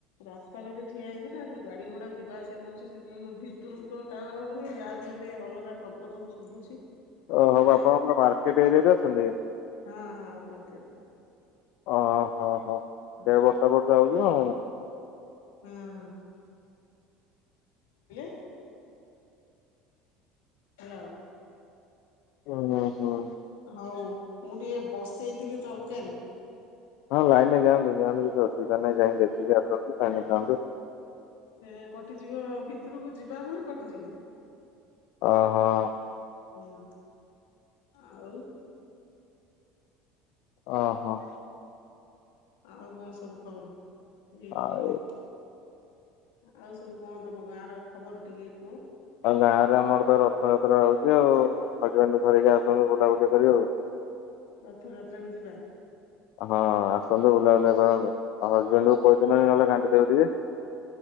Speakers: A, on the left; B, on the left.
A: ରାସ୍ତାଟାରେ ଠିଆ ହେଇଛି ନା ସବୁ ଗାଡି ଘୋଡା ଯିବା ଆସିବା କରୁଛି ସେଥିାଇଁୋ ଭିତରକୁ ତ ହଉନି ଯାହା ବିହଲେ ଅଲଗା ଶବ୍ଦ ସବୁ ଶୁଭୁଛି
B: ଓ ହଉ
A: ପୁରା
B: ବା ଆପଣଙ୍କର ମାର୍କେଟ ଏରିଆ ଦେ ଅଛନ୍ତି
A: ହଁ ହଁ ମାର୍କେଟରେ
B: ଓ ହୋ ହୋ ସେ
A: ହଁ
B: ବର୍ଷା ବର୍ଷା ହଉଛି ନା
A: ହଁ ହ ହ୍ୟାଲୋ
B: ହୁଁ ହୁଁ ହୁଁ
A: ହଉ ମୁଁ ଟିକେ ବସେଇଥିଲି ତରକାରୀ
B: ହଁ ଲାଇନ ଯାଆନ୍ତୁ ଯାଆନ୍ତୁ କିଛି ଅସୁବିଧା ନାହିଁ ଯାଇକି ଦେଖିକି ଆସନ୍ତୁ ଲାଇନ ଯାଆନ୍ତୁ
A: ସେ କଟିଯିବ ଭିତରକୁ ଯିବା ମାନେ କଟିଯିବ
B: ଓ ହଁ
A: ହୁଁ ଆଉ
B: ଓ ହୋ
A: ଆଉ କଣ ସବୁ ଖବର ହେଇନି
B: ଆଉ
A: ହେଇନି ଆଉ ସବୁ କଣ ତମ ଗାଁ ର ଖବର ଟିକେ କୁହ
B: ଆଉ ଗାଁ ରେ ଆମର ତ ରଥଯାତ୍ରା ହଉଛି ଆଉ ହଜବେଣ୍ଡକୁୁ ଧରିକି ଆସନ୍ତୁ ବୁଲାବୁଲି କରି ଆଉ
A: ରଥଯାତ୍ରାକୁ ଯିବା
B: ହଁ ଆସନ୍ତୁ ବୁଲାବୁଲିଆ କରନ୍ତୁ ଆଉ ହଜବେଣ୍ଡ କୁ କହିଦ ନହେଲେ କାଣ୍ଟି ଦେବ ଟିକେ